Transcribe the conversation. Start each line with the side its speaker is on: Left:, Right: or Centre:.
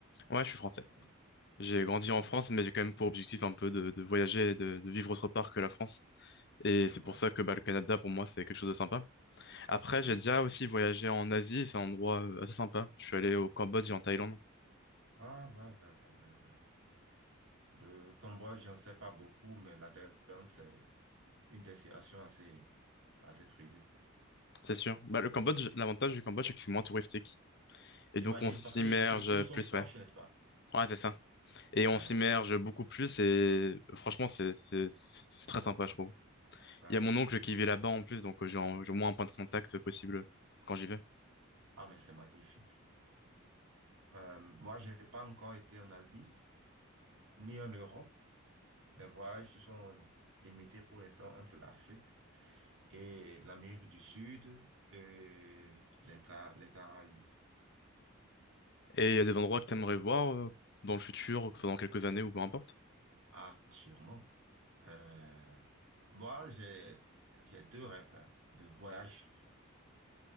Left: Ouais, je suis français.
Right: Et-
Left: J'ai grandi en
Right: ah,
Left: France, mais j'ai quand même pour objectif un peu de, de voyager et de, de vivre autre part que la France. Et
Right: je vois.
Left: c'est pour ça que bah, le Canada, pour moi, c'est quelque chose de sympa. Après,
Right: Oui.
Left: j'ai déjà aussi voyagé en Asie, et c'est un endroit euh, assez sympa. Je suis allé au Cambodge et en Thaïlande,
Right: Ah, ouais, ouais, ouais, ouais. Le Cambodge, j'en sais pas beaucoup, mais la Thaïlande, c'est une destination assez, assez prisée.
Left: c'est sûr. Bah, le Cambodge, l'avantage du Cambodge, c'est que c'est moins touristique. Et
Right: J'imagine,
Left: donc, on s'immerge
Right: parce que les cultures sont
Left: plus,
Right: proches,
Left: ouais.
Right: n'est-ce pas?
Left: Ouais, c'est ça. Et
Right: Ouais,
Left: on s'immerge beaucoup plus, et franchement, c'est c'est- c'est très sympa, je trouve.
Right: ouais.
Left: Il y a mon oncle qui vit là-bas en plus, donc euh, j'ai un- j'ai au moins un point de contact possible quand j'y vais.
Right: Ah, mais c'est magnifique. Euh, moi, je n'ai pas encore été en Asie ni en Europe. Mes voyages se sont limités pour l'instant entre l'Afrique et l'Amérique du Sud et les, Ca- les Caraïbes.
Left: Et il y a des endroits que t'aimerais voir euh, dans le futur, que ce soit dans quelques années ou peu importe.
Right: Ah, sûrement. Euh, moi, j'ai, j'ai deux rêves hein, de voyage.